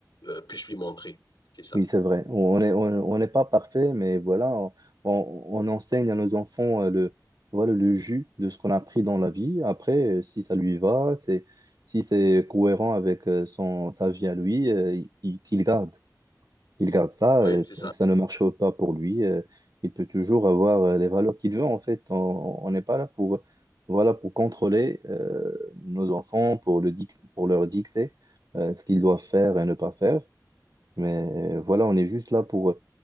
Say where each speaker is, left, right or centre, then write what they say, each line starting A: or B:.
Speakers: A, on the left; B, on the right.
A: euh, puisses lui montrer. C'est ça.
B: Oui, c'est vrai. On est, on, on n'est pas parfait, mais voilà, on, on- on enseigne à nos enfants euh, le, voilà, le jus de ce qu'on a appris dans la vie. Après, euh, si ça lui va, c'est, si c'est cohérent avec euh, son, sa vie à lui, euh, il- qu'il garde. Il garde ça,
A: Oui,
B: et si
A: c'est ça.
B: ça ne marche pas pour lui, euh, il peut toujours avoir euh, les valeurs qu'il veut. En fait, on on n'est pas là pour, voilà, pour contrôler euh, nos enfants, pour le dic- pour leur dicter euh, ce qu'ils doivent faire et ne pas faire. Mais euh, voilà, on est juste là pour,